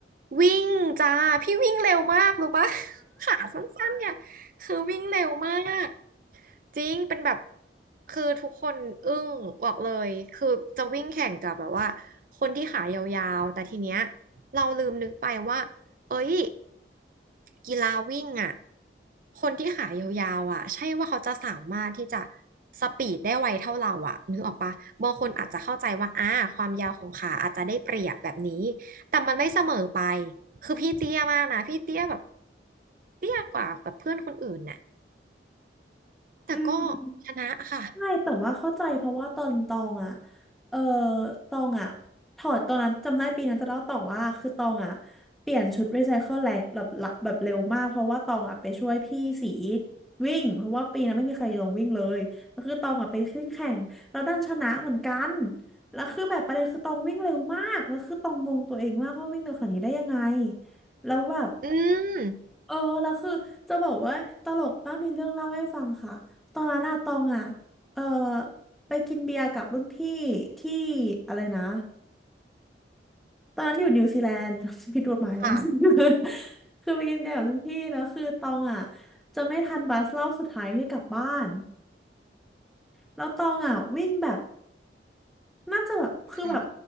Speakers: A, on the right; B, in the centre.
A: วิ่งจ้า พี่วิ่งเร็วมากรู้ปะ <laughs> ขาสั้นๆเนี่ย คือวิ่งเร็วมาก จริงเป็นแบบคือทุกคนอึ้งบอกเลยคือจะวิ่งแข่งกับแบบว่าคนที่ขายาวๆแต่ทีเนี้ยเราลืมนึกไปว่าเอ้ยกีฬาวิ่งอ่ะคนที่ขายาวๆอ่ะใช่ว่าเขาจะสามารถที่จะสปีดได้ไวเท่าเราอ่ะนึกออกปะบางคนอาจจะเข้าใจว่าอ่าความยาวของขาอาจจะได้เปรียบแบบนี้แต่มันไม่เสมอไปคือพี่เตี้ยมากนะพี่เตี้ยแบบเตี้ยกว่าแบบเพื่อนคนอื่นน่ะแต่ก็
B: อืม
A: ชนะค่ะ
B: ใช่แต่ว่าเข้าใจเพราะว่าตอนตองอ่ะเออตองอ่ะถอดตอนนั้นจำได้ปีนั้นจะเล่าต่อว่าคือตองอ่ะเปลี่ยนชุดรีไซเคิลแรงแบบละแบบเร็วมากเพราะว่าตองอ่ะไปช่วยพี่สีวิ่งเพราะว่าปีนั้นไม่มีใครลงวิ่งเลยก็คือตองอ่ะไปวิ่งแข่งแล้วดันชนะเหมือนกันแล้วคือแบบประเด็นคือตองวิ่งเร็วมากแล้วคือตองงงตัวเองมากว่าวิ่งเร็วขนาดนี้ได้ยังไงแล้วแบบ
A: อืม
B: เออแล้วคือจะบอกว่าตลกป้ากมีเรื่องเล่าให้ฟังค่ะตอนนั้นอะตองอะเออไปกินเบียร์กับรุ่นพี่ที่อะไรนะตอนนั้นอยู่นิวซีแลนด์ <laughs> ผิดกฎหมายแล้ว
A: ค่ะ
B: <laughs> คือไปกินเบียร์กับรุ่นพี่แล้วคือตองอะจะไม่ทันบัสรอบสุดท้ายที่กลับบ้านแล้วตองอะวิ่งแบบ น่าจะแบบคือแบบ
A: ค่ะ